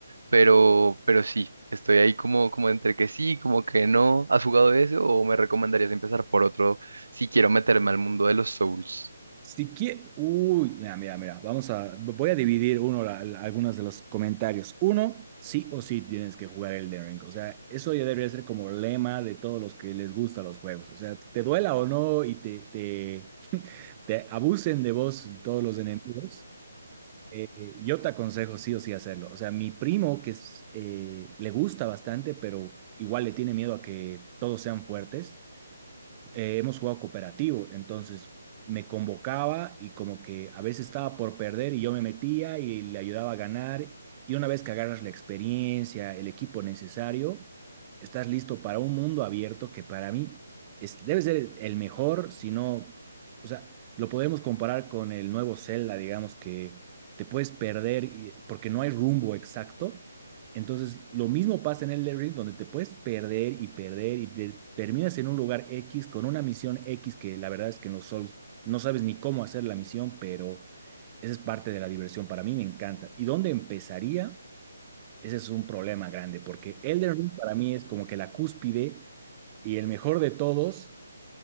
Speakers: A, on the right; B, on the right.
A: pero, pero sí, estoy ahí como, como entre que sí, como que no. ¿Has jugado eso o me recomendarías empezar por otro si quiero meterme al mundo de los Souls?
B: Si quie- Uy, mira, mira, mira, vamos a, voy a dividir uno la- la- algunos de los comentarios. Uno, sí o sí tienes que jugar Elden Ring. O sea, eso ya debería ser como lema de todos los que les gustan los juegos. O sea, te duela o no y te, te, te abusen de vos todos los enemigos, eh, yo te aconsejo sí o sí hacerlo. O sea, mi primo que es, eh, le gusta bastante, pero igual le tiene miedo a que todos sean fuertes eh, hemos jugado cooperativo, entonces me convocaba y como que a veces estaba por perder y yo me metía y le ayudaba a ganar. Y una vez que agarras la experiencia, el equipo necesario, estás listo para un mundo abierto que para mí es, debe ser el mejor, si no, o sea, lo podemos comparar con el nuevo Zelda, digamos que te puedes perder y- porque no hay rumbo exacto entonces, lo mismo pasa en el Elden Ring, donde te puedes perder y perder y te- terminas en un lugar X con una misión X que la verdad es que en los Souls no sabes ni cómo hacer la misión, pero esa es parte de la diversión. Para mí me encanta. ¿Y dónde empezaría? Ese es un problema grande, porque Elden Ring para mí es como que la cúspide y el mejor de todos.